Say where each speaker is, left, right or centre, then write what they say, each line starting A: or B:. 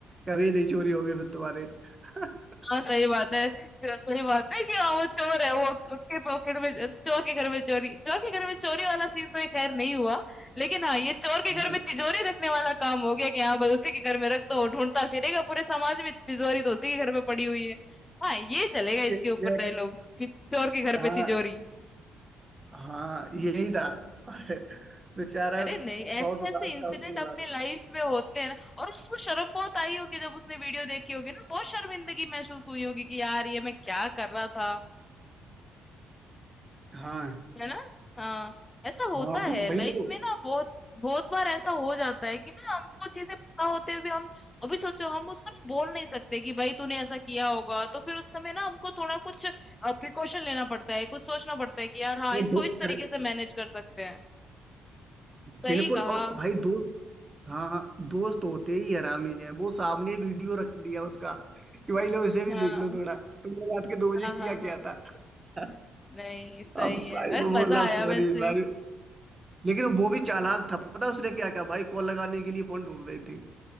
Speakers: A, on the right; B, on the left.
A: कभी नहीं चोरी होगी फिर तुम्हारे <laughs>
B: हाँ, सही बात है। च सही बात है कि हाँ, वो चोर है, वो उसके पॉकेट में अ, चोर के घर में चोरी चोर के घर में चोरी वाला सीन तो ये खैर नहीं हुआ। लेकिन हाँ, ये चोर के
A: हाँ
B: घर में तिजोरी रखने वाला काम हो गया कि हाँ भाई, उसी के घर में रख दो, वो ढूँढता फिरेगा पूरे समाज में, तिजोरी तो उसी के घर में पड़ी हुई है। हाँ, ये चलेगा
A: ये,
B: इसके ऊपर
A: ये
B: डायलॉग कि चोर के घर
A: हाँ
B: पे तिजोरी।
A: हाँ यही था अरे, बेचारा
B: अरे नहीं, ऐसे-ऐसे
A: बहुत उदास
B: इंसिडेंट
A: था उसके
B: अपने
A: बाद
B: लाइफ में होते हैं ना और उसको शर्म बहुत आई होगी जब उसने वीडियो देखी होगी ना, बहुत शर्मिंदगी महसूस हुई होगी कि यार ये मैं क्या कर रहा था।
A: हाँ
B: है ना हाँ ऐसा होता
A: हाँ बत
B: है लाइफ
A: भाई तो
B: में ना बहुत बहुत बार ऐसा हो जाता है कि ना हमको चीजें पता होते हुए भी हम अभी सोचो हम उसको ना बोल नहीं सकते कि भाई तूने ऐसा किया होगा तो फिर उस समय ना हमको थोड़ा कुछ प्रिकॉशन लेना पड़ता है कुछ सोचना पड़ता है कि यार हाँ
A: ये
B: इसको
A: दो
B: इस तरीके
A: अरे
B: से मैनेज कर सकते हैं सही
A: बिल्कुल
B: कहा
A: और भाई दो हाँ हाँ दोस्त होते ही हरामी है वो सामने वीडियो रख दिया उसका कि भाई लो इसे भी
B: हाँ
A: देख लो थोड़ा तुमने रात के दो बजे
B: हाँ
A: किया
B: हाँ हाँ
A: क्या था <laughs>
B: नहीं सही
A: अब
B: है
A: भाई
B: अरे
A: वो बोला
B: मजा आया
A: सॉरी
B: वैसे
A: भाई लेकिन वो भी चालाक था पता उसने क्या क्या भाई कॉल लगाने के लिए फोन ढूंढ रहे थे